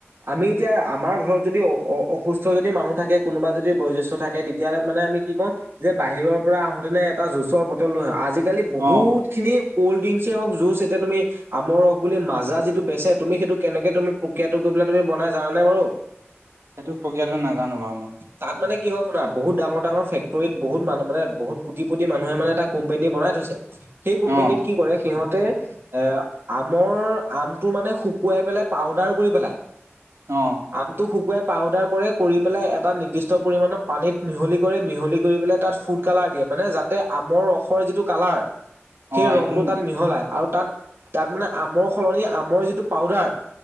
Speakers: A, on the right (about 55°); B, on the right (about 80°).
A: আমি এতিয়া আমাৰ ঘৰত যদি অ অসুস্থ যদি মানুহ থাকে, কোনোবা যদি বয়সজেষ্ঠ থাকে তেতিয়া হ'লে মানে আমি কি কৰোঁ যে বাহিৰৰ পৰা আহোতে নে এটা জুচৰ বটল লৈ আহোঁ, আজিকালি বহুত
B: অ
A: <unintelligible> সেইখিনি কল্ড ড্ৰিংকছে হওঁক, জুচ এতিয়া তুমি আমৰ ৰস বুলি মাজা যিটো বেচে, তুমি সেইটো কেনেকে তুমি প্ৰক্ৰিয়াটো কৰি পেলাই তুমি বনাই জানানে বাৰু?
B: সেইটো প্ৰক্ৰিয়াটো নাজানোঁ বাৰু মই।
A: তাত মানে কি হয় শুনা বহুত ডাঙৰ-ডাঙৰ ফেক্টৰিত বহুত মান মানে বহুত কোটিপটি মানুহে মানে এটা কোম্পেনী বনায়। তাৰপিছত সেই কোম্পেনীত
B: অ
A: কি কৰে সিঁহতে এ আমৰ, আমটো মানে শুকুৱাই পেলাই পাউদাৰ কৰি পেলাই।
B: অ।
A: আমটো শুকুৱাই পাউদাৰ কৰে, কৰি পেলাই এটা নিৰ্দিষ্ট পৰিমাণৰ পানীত মিহলি কৰে, মিহলি কৰি পেলাই তাত ফুট কালাৰ দিয়ে, যাতে আমৰ ৰসৰ যিটো কালাৰ সেই
B: অ
A: ৰংটো
B: সেইটো
A: তাত মিহলাই আৰু তাত তাত মানে আমৰ সলনি আমৰ যিটো পাউদাৰ